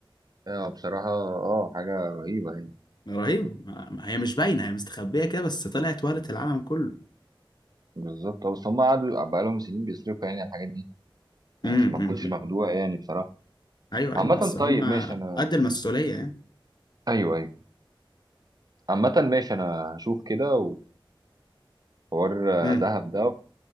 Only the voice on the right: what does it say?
اه بصراحة اه حاجة رهيبة يعني
بالظبط آه، بس هم قعدوا بقالهم سنين بيصرفوا يعني على الحاجات دي يعني
عشان ما تكونش
مخدوع يعني بصراحة
عامة
طيب ماشي أنا
أيوه أيوه عامة ماشي أنا هشوف كده وحوار آه،
دهب ده